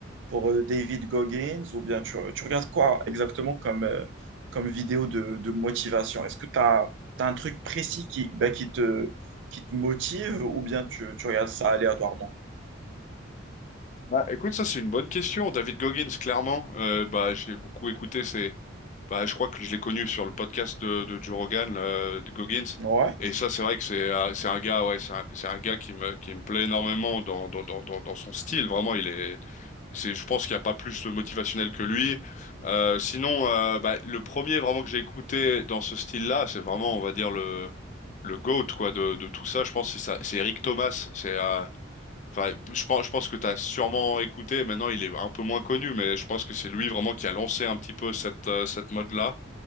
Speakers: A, on the right (about 65°); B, on the left (about 40°).
A: pour euh, David Goggins ou bien tu, tu regardes quoi exactement comme, euh, comme vidéo de, de motivation? Est-ce que tu as, un truc précis qui, bah, qui te, qui te motive ou bien tu, tu regardes ça aléatoirement?
B: Bah, écoute, ça c'est une bonne question. David Goggins, clairement, euh, bah, j'ai beaucoup écouté ses, Bah, je crois que je l'ai connu sur le podcast de, de Joe Rogan, euh, de Goggins.
A: Ouais.
B: Et ça, c'est vrai que c'est euh, c'est un gars, ouais, c'est un, c'est un gars qui me, qui me plaît énormément dans, dans, dans, dans, dans son style. Vraiment, il est, c'est, je pense qu'il n'y a pas plus de motivationnel que lui. Euh, sinon, euh, bah, le premier vraiment que j'ai écouté dans ce style-là, c'est vraiment, on va dire, le, le GOAT, quoi, de, de tout ça. Je pense que c'est ça- c'est Eric Thomas. C'est, euh, enfin, je pense, je pense que tu as sûrement écouté. Maintenant, il est un peu moins connu, mais je pense que c'est lui vraiment qui a lancé un petit peu cette, euh, cette mode-là.